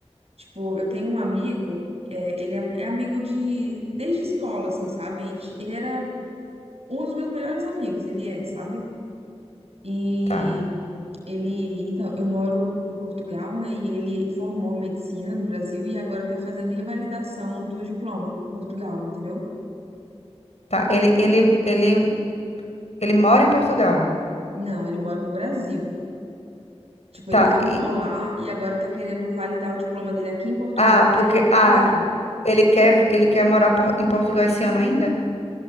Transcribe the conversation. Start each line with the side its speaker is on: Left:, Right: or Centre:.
Right: Tipo, eu tenho um amigo, é, ele é, é amigo de, desde escola, assim, sabe? A gente- Ele era um dos meus melhores amigos, ele é, sabe? E
Left: Tá,
Right: ele, então, eu moro em Portugal, né? E ele formou medicina no Brasil e agora tá fazendo revalidação do diploma para Portugal, entendeu?
Left: tá. Ele, ele, ele, ele mora em Portugal.
Right: Não, ele mora no Brasil. Tipo,
Left: Tá.
Right: ele formou
Left: e-
Right: lá e agora tá querendo validar o diploma dele aqui em Portugal
Left: ah,
Right: para
Left: porque
Right: ele poder
Left: ah,
Right: vir.
Left: ele quer, ele quer morar por- em Portugal esse ano ainda?